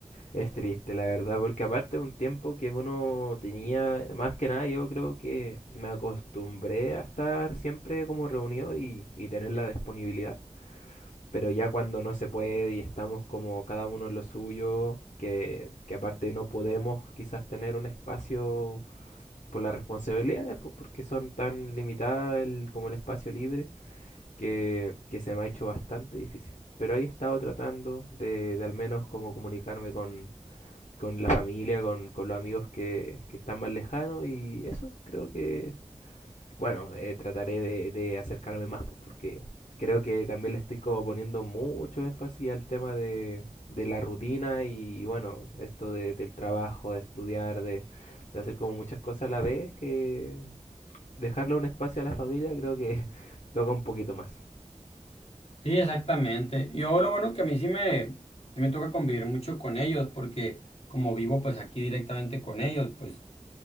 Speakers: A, on the left (about 75°); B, on the left (about 55°).
A: Es triste, la verdad, porque aparte de un tiempo que uno tenía, más que nada yo creo que me acostumbré a estar siempre como reunido y, y tener la disponibilidad. Pero ya cuando no se puede y estamos como cada uno en lo suyo, que, que aparte no podemos quizás tener un espacio por las responsabilidades, pues, porque son tan limitadas el- como el espacio libre, que, que se me ha hecho bastante difícil. Pero ahí he estado tratando de, de al menos como comunicarme con, con la familia, con, con los amigos que, que están más lejanos y eso creo que, bueno, eh, trataré de, de acercarme más pues, porque creo que también le estoy como poniendo mucho énfasis al tema de, de la rutina y bueno, esto de- del trabajo, de estudiar, de, de hacer como muchas cosas a la vez, que dejarle un espacio a la familia creo que <laughs> toca un poquito más.
B: Sí, exactamente. Yo lo bueno que a mí sí me, sí me toca convivir mucho con ellos, porque como vivo pues aquí directamente con ellos, pues